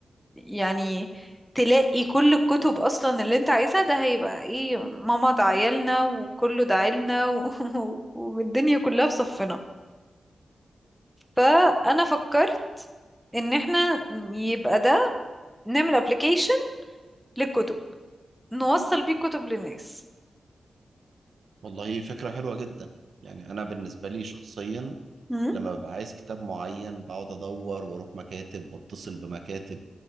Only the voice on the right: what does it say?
والله فكرة حلوة جدا يعني أنا بالنسبة لي شخصيا
لما ببقى عايز كتاب معين بقعد أدور وأروح مكاتب وأتصل بمكاتب